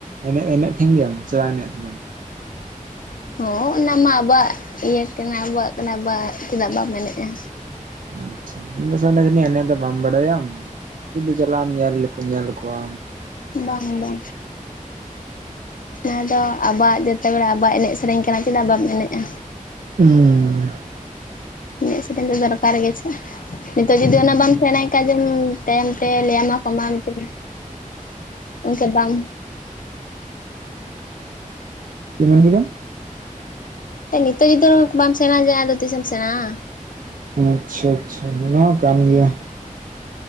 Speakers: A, on the right; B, on the left.
A: ᱮᱱᱮᱡ ᱮᱱᱮᱡ ᱛᱟᱦᱮᱱ ᱜᱮᱭᱟᱢ ᱥᱮ ᱵᱟᱝ ᱮᱱᱮᱡ ᱛᱟᱦᱮᱱᱟᱢ
B: ᱦᱚᱸ ᱚᱱᱟ ᱢᱟ ᱟᱵᱚᱣᱟᱜ ᱤᱭᱟᱹ ᱠᱟᱱᱟ ᱟᱵᱚᱣᱟᱜ ᱠᱟᱱᱟ ᱵᱟ ᱪᱮᱫᱟᱜ ᱵᱟᱢ ᱮᱱᱮᱡ-ᱟ
A: ᱟᱪᱪᱷᱟ ᱤᱧᱫᱚ ᱟᱥᱟᱤᱧ ᱮᱱᱮᱡ ᱫᱚ ᱵᱟᱢ ᱵᱟᱲᱟᱭᱟᱢ ᱥᱩᱫᱩ ᱪᱟᱞᱟᱜ-ᱟᱢ ᱧᱮᱞ ᱞᱮᱠᱚ ᱧᱮᱞ ᱠᱚᱣᱟ
B: ᱵᱟᱝ ᱵᱟᱝ ᱡᱟᱦᱟᱸ ᱫᱚ ᱟᱵᱚᱣᱟᱜ ᱡᱚᱛᱚ ᱦᱚᱲᱟ ᱟᱵᱚᱣᱟᱜ ᱮᱱᱮᱡ ᱥᱮᱨᱮᱧ ᱠᱟᱱᱟ ᱪᱮᱫᱟᱜ ᱵᱟᱢ ᱮᱱᱮᱡ-ᱟ
A: ᱦᱩᱸ ᱦᱮᱸ
B: ᱮᱱᱮᱜ ᱥᱮᱨᱮᱧ ᱫᱚ ᱫᱚᱨᱠᱟᱨ ᱜᱮ ᱪᱮ ᱱᱤᱛᱚᱜ ᱡᱩᱫᱤ ᱚᱱᱟ ᱵᱟᱢ ᱥᱮᱸᱲᱟ ᱟᱠᱟᱫᱟᱢ ᱛᱟᱭᱚᱢ ᱛᱮ ᱞᱟᱹᱭ ᱟᱢᱟ ᱠᱚ ᱢᱟ ᱢᱤᱫᱴᱮᱡ <unintelligible> ᱮᱱᱠᱷᱟᱱ ᱵᱟᱢ
A: ᱪᱮᱫ ᱵᱮᱱ ᱞᱤᱭᱮᱫᱟ
B: ᱱᱤᱛᱚᱜ ᱡᱩᱫᱤ ᱵᱟᱢ ᱥᱮᱲᱟᱭᱟ ᱟᱫᱚ ᱛᱤᱥᱮᱢ ᱥᱮᱲᱟᱭᱟ
A: ᱟᱪᱪᱷᱟ ᱟᱪᱪᱷᱟ ᱚᱱᱟ ᱦᱚᱸ ᱠᱟᱱ
B: ᱦᱮᱸ
A: ᱜᱮᱭᱟ